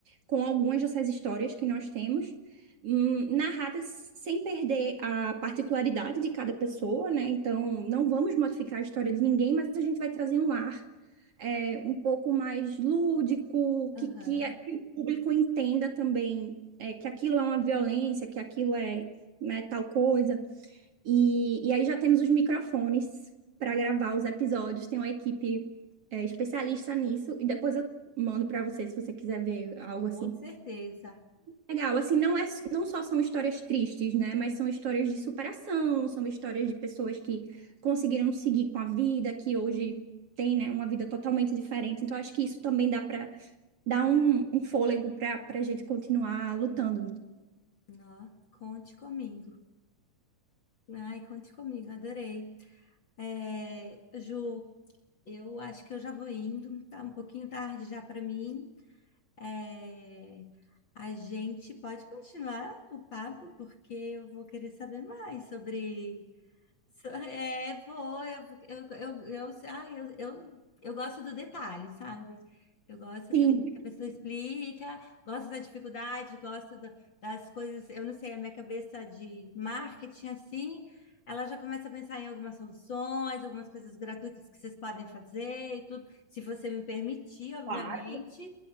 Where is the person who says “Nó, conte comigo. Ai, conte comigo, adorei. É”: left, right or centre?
Left